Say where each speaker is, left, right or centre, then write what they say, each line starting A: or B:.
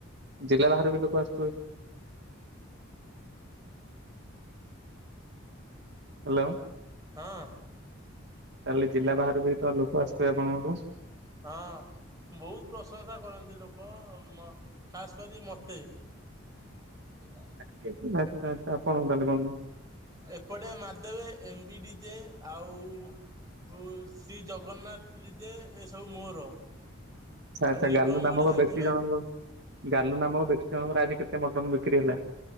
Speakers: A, on the right; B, on the right.
A: ଜିଲ୍ଲା ବାହାରୁ ବି ଲୋକ ଆସୁଥିବେ? ହ୍ୟାଲୋ।
B: ହଁ।
A: ତାହେଲେ ଜିଲ୍ଲା ବାହାରୁ ବି ତ ଲୋକ ଆସୁଥିବେ ଆପଣଙ୍କର?
B: ହଁ। ବହୁତ ପ୍ରଶଂସା କରନ୍ତି ଲୋକ ମ ଖାସ କରି ମତେ। କି କ <unintelligible>
A: ଆଚ୍ଛା ଆଚ୍ଛା ଆପଣଙ୍କୁ ତାହେଲେ <unintelligible>
B: ଏପଟେ ମାଦୁ ଦେବେ ଏମ୍ ବି ଡିଜେ ଆଉ ଯୁ ଶ୍ରୀ ଜଗନ୍ନାଥ ଡିଜେ ଏସ୍ ସବୁ ମୋର।
A: ଆଛା ଆଛା
B: ଆଉ ନିଗମ
A: ଗାଲୁ ନାମକ
B: ଗୋଟେ ଜାଣିଥିବେ
A: ବ୍ୟକ୍ତି ଜଣଙ୍କ ଗାଲୁ ନାମକ ବ୍ୟକ୍ତି ଜଣଙ୍କର ଆଜି କେତେ ମଟନ ବିକ୍ରି ହେଲା?